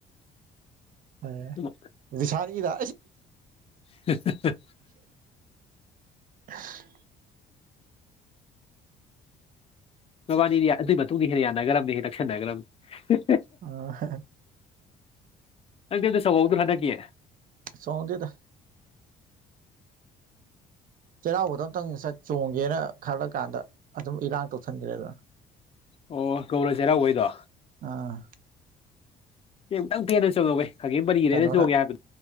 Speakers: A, on the right; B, on the left.
A: ꯑꯦ
B: ꯑꯗꯨꯝ
A: ꯕꯤꯁꯥꯜꯒꯤꯔ
B: ꯍꯦꯍꯦ
A: ꯑꯁꯁ
B: ꯃꯕꯥꯅꯤꯗꯤ ꯑꯗꯨꯏ ꯃꯇꯨꯡꯗꯒꯤ ꯍꯦꯟꯅ ꯌꯥꯅꯈ꯭ꯔꯕꯅꯤ ꯍꯦꯟꯅ ꯅꯛꯁꯤꯟꯅꯈ꯭ꯔꯕꯅꯤ
A: ꯑꯥ ꯍꯍ
B: ꯅꯪꯗꯤ ꯑꯝꯇ ꯆꯣꯡꯍꯧꯗ꯭ꯔꯣ ꯍꯟꯗꯛꯀꯤ
A: ꯆꯣꯡꯗꯦꯗ ꯆꯩꯔꯥꯎꯕꯗ ꯑꯝꯇꯪ ꯆꯠ ꯆꯣꯡꯒꯦꯅ ꯈꯜꯂ ꯀꯥꯟꯗ ꯑꯗꯨꯝ ꯏꯔꯥꯡ ꯇꯧꯁꯤꯟꯈ꯭ꯔꯦꯗꯅ
B: ꯑꯣ ꯒꯧꯔꯥ ꯆꯩꯔꯥꯎꯕꯩꯗꯣ
A: ꯑꯥ
B: ꯑꯩ ꯑꯝꯇꯪ ꯄꯦꯟꯅ ꯆꯣꯡꯉꯧꯍꯦ ꯈꯥꯒꯦꯝꯄꯜꯂꯤꯒꯤꯗ
A: ꯀꯩꯅꯣꯅ
B: ꯑꯩꯅ ꯆꯣꯡꯒꯦ ꯍꯥꯏꯕꯗꯣ